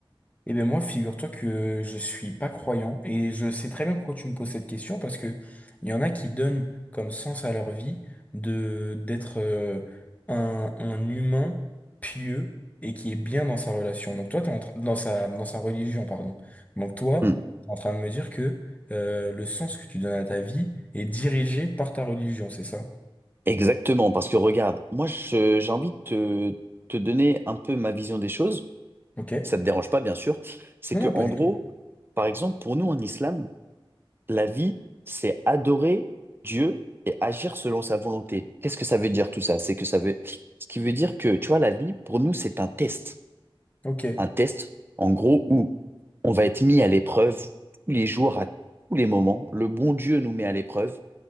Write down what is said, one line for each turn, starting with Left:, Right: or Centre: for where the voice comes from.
Left: Eh bien moi, figure-toi que je suis pas croyant et je sais très bien pourquoi tu me poses cette question parce que il y en a qui donnent comme sens à leur vie de d'être euh, un, un humain pieux et qui est bien dans sa relation. Donc toi, t'es en train- dans sa dans sa religion, pardon. Donc toi,
Right: Hmm.
Left: t'es en train de me dire que euh, le sens que tu donnes à ta vie est dirigé par ta religion, c'est ça?
Right: Exactement, parce que regarde, moi, je- j'ai envie de te, te donner un peu ma vision des choses.
Left: Ok?
Right: Ça te dérange pas, bien sûr. C'est
Left: Non,
Right: que,
Left: non, pas
Right: en
Left: du
Right: gros,
Left: tout.
Right: par exemple, pour nous en islam, La vie, c'est adorer Dieu et agir selon sa volonté. Qu'est-ce que ça veut dire tout ça? C'est que ça veut, ce qui veut dire que, tu vois, la vie, pour nous, c'est un test.
Left: Ok,
Right: Un test, en gros, où on va être mis à l'épreuve tous les jours, à tous les moments. Le bon Dieu nous met à l'épreuve.